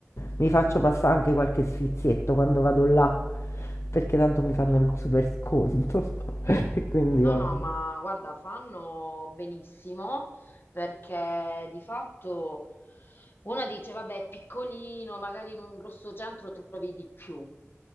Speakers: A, on the left; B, on the left.
A: mi faccio passà anche qualche sfizietto quando vado là, perché tanto mi fanno il
B: Oh,
A: super sconto <laughs> e quindi
B: No,
A: vabbè.
B: no, ma guarda, fanno benissimo perché di fatto una dice, vabbè, è piccolino, magari in un grosso centro trovi di più.